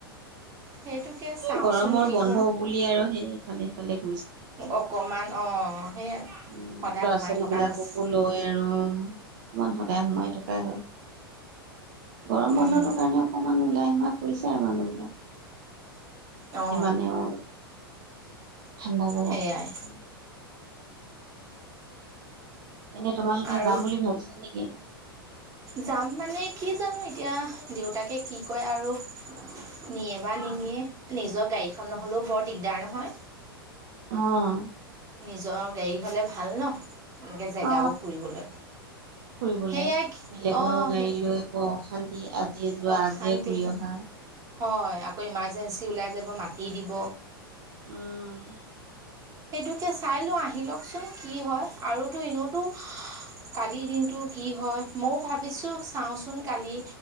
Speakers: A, on the right; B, on the right.
A: সেইটোকে চাওঁচোন
B: এই গৰমৰ
A: কি
B: বন্ধ
A: হয়
B: বুলি আৰু ইফালে ফালে
A: অকমান অ'। সেইয়াই
B: উম,
A: সদায়
B: ল'ৰা
A: সোমাই
B: ছোৱালী
A: থকা
B: বিলাককো
A: হৈছে
B: লৈ আৰু অকমান সদায় সোমাই থকা থকা হয়, গৰম
A: উম
B: বন্ধটো কাৰণে অকমান ওলাই সোমায় কৰিছে আৰু মানুহবিলাক।
A: অ
B: যিমানে আ ঠাণ্ডা জোগা
A: সেইয়াই
B: ফালে অকমান। এনেই, তোমালোকে
A: আৰু
B: যাম বুলি ভাবিছা নেকি?
A: যাম মানে কি জানো এতিয়া দেউতাকে কি কয় আৰু। নিয়ে বা
B: অ
A: নিনিয়ে, নিজৰ গাড়ীখন নহ'লেও বৰ দিগদাৰ নহয়।
B: অ'।
A: নিজৰ গাড়ী হলে ভাল ন, এনেকে জেগাবোৰ
B: অ
A: ফুৰিবলৈ।
B: ফুৰিবলে,
A: সেয়াই
B: বেলেগৰ
A: অ
B: গাড়ী
A: সেই
B: লৈ আকৌ অশান্তি আজিয়ে যোৱা
A: অশান্তি
B: আজিয়ে ঘূৰি অহা।
A: হয়, আকৌ ইমাৰ্জেঞ্চি ওলাই যাব, মাতি দিব।
B: উম।
A: সেইটোকে চাই লওঁ, আহি লওকচোন কি হয় আৰুতো এনেওটো কালিৰ দিনতটো কি হয়, মইও ভাবিছো চাওঁচোন কালি